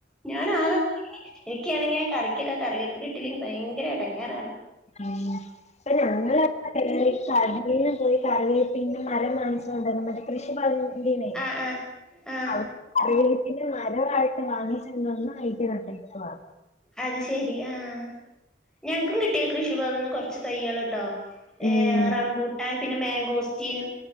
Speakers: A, in the centre; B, on the left.
A: ഞാൻ ആക <unintelligible> എനിക്കാണെങ്കി കറിക്കൊക്കെ കറിവേപ്പില ഇട്ടില്ലെങ്കി ഭയങ്കര എടങ്ങേറാണ്
B: ഉം അപ്പ ഞങ്ങള് <unintelligible> കടെല് പോയി കറിവേപ്പിന്റെ മരം വാങ്ങിച്ചു കൊണ്ടരുന്നു മറ്റേ കൃഷി ഭവനി എന്തിനെ
A: ആ ആ ആ
B: അവ് കറിവേപ്പിന്റെ മരവായിട്ട് വാങ്ങിച്ചോണ്ട് വന്ന അയില് നട്ടേക്കുവാ
A: അത് ശെരി ആഹ് ഞങ്ങക്കും കിട്ടി കൃഷി ഭവന് കൊറച്ച് തയ്യാൾട്ടോ ഏ
B: ഉം
A: റംബൂട്ടാൻ പിന്നെ മാങ്കോസ്റ്റീൻ